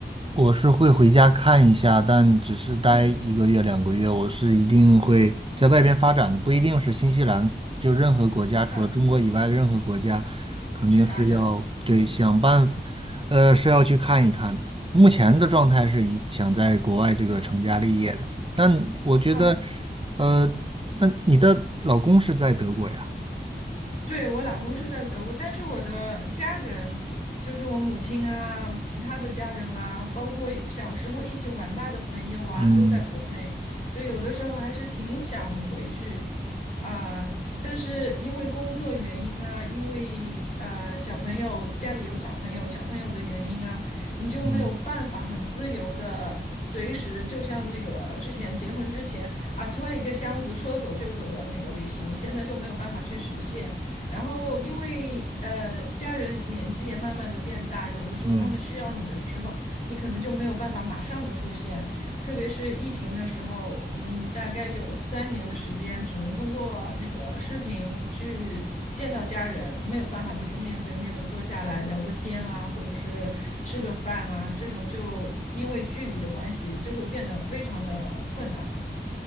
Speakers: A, on the right; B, on the left.
A: 我是会回家看一下，但只是待一个月、
B: 嗯，
A: 两个月，我是一定会在外边发展的，不一定是新西兰，就任何国家，除了中国以外的任何国家，
B: 啊，
A: 肯定是要对想办法，
B: 去发展。
A: 呃，是要去看一看的。目前的状态是以想在国外这个成家立业的，但我觉得，
B: 啊。
A: 呃，那你的老公是在德国呀？
B: 对，我老公是在德国，但是我的家人，就是我母亲啊，其他的家人啊，包括一小时候一起玩大的朋友啊，
A: 嗯
B: 都在国内，所以有的时候还是挺想回去啊，但是因为工作原因啊，因为呃小朋友家里有小朋友，小朋友的原因啊，你就没有办法很自由的随时，
A: 嗯。
B: 就像那个之前结婚之前啊，拖一个箱子说走就走的那个旅行，现在就没有办法去实现。然后，因为呃，家人年纪也慢慢的变大，有的时候他们需要你的时候，
A: 嗯。
B: 你可能就没有办法马上的出现。特别是疫情的时候，我们大概有三年的时间，只能通过那个视频去见到家人，没有办法就是面对面的坐下来聊个天啊，或者是吃个饭啊，这种就因为距离的关系，就会变得非常的困难。